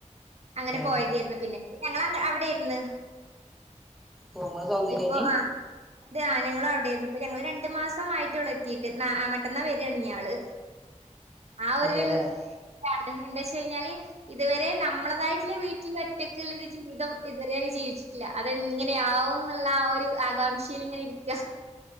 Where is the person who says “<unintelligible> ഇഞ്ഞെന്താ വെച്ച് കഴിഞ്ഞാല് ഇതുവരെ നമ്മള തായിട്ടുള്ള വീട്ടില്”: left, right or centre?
Right